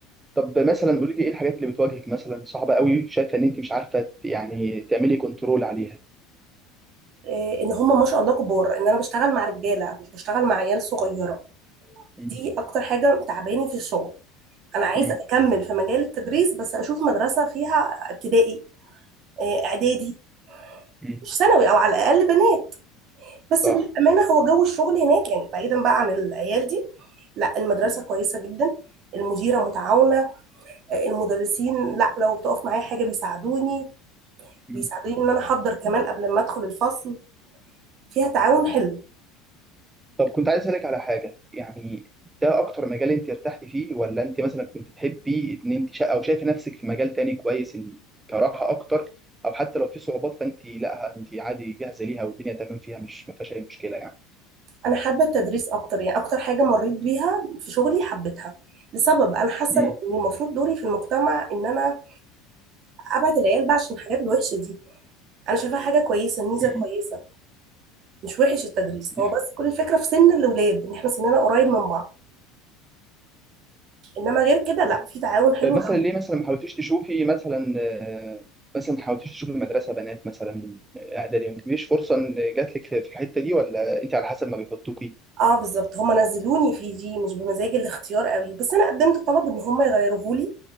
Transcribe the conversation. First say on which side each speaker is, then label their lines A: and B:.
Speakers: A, on the right; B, on the right.
A: طب مثلا قولي لي ايه الحاجات اللي بتواجهك مثلا صعبه قوي شايفه ان انت مش عارفه يعني تعملي كنترول عليها
B: إيه ان هم ما شاء الله كبار ان انا بشتغل مع رجاله مش بشتغل مع عيال صغيره
A: مم.
B: دي اكتر حاجه تعباني في الشغل انا عايزه
A: مم.
B: اكمل في مجال التدريس بس اشوف مدرسه فيها ابتدائي إيه اعدادي
A: مم.
B: مش ثانوي او على الاقل بنات بس
A: صح
B: للأمانة هو جو الشغل هناك يعني بعيدا بقى عن العيال دي لا المدرسة كويسة جدا المديرة متعاونة المدرسين لا لو بتقف معايا حاجة بيساعدوني
A: مم.
B: بيساعدوني ان انا احضر كمان قبل ما ادخل الفصل فيها تعاون حلو
A: طب كنت عايز اسالك على حاجه يعني ده اكتر مجال انت ارتحتي فيه ولا انت مثلا كنت تحبي ان انت شا... او شايفه نفسك في مجال تاني كويس ان كراحه اكتر او حتى لو في صعوبات فانت لا انت عادي جاهزه ليها والدنيا تمام فيها مش ما فيهاش اي مشكله يعني
B: انا حابة التدريس اكتر يعني اكتر حاجة مريت بيها في شغلي حبيتها لسبب انا حاسة
A: امم
B: ان المفروض دوري في المجتمع ان انا ابعد العيال بقى عشان الحاجات الوحشة دي انا شايفاها حاجة كويسة ميزة
A: امم
B: كويسة مش وحش التدريس
A: دي
B: هو
A: حاجة.
B: بس كل الفكرة في سن الاولاد ان احنا سننا قريب من بعض انما غير كده لا
A: مم.
B: في تعاون حلو
A: طيب مثلا
B: قوي
A: ليه مثلا ما حاولتيش تشوفي مثلا آه، مثلا ما حاولتيش تشوفي مدرسه بنات مثلا آه، اعدادي مفيش فرصه ان جات لك في الحته دي ولا انت على حسب ما بيحطوكي
B: اه بالظبط هم نزلوني في دي مش بمزاج الاختيار قوي بس انا قدمت طلب ان هم يغيروه لي